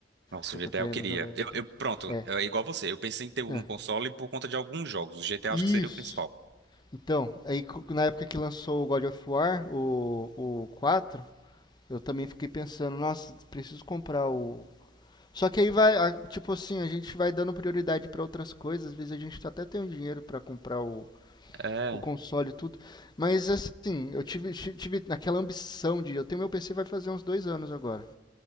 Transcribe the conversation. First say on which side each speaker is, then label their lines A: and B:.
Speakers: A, on the right; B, on the left.
A: Nossa,
B: Que
A: o
B: eu
A: GTA
B: tô querendo
A: eu queria.
B: jogar
A: Eu,
B: também.
A: eu- pronto,
B: É.
A: é igual você. Eu pensei em ter um
B: É.
A: console por conta de alguns jogos. O GTA
B: Isso.
A: acho que seria o principal.
B: Então, aí co- na época que lançou o God of War, o, o quatro eu também fiquei pensando, nossa, preciso comprar o. Só que aí vai, a- tipo assim, a gente vai dando prioridade pra outras coisas, às vezes a gente até tem o dinheiro pra comprar o,
A: É.
B: o console e tudo. Mas assim, eu tive, ti- tive aquela ambição de. Eu tenho meu PC vai fazer uns dois anos agora.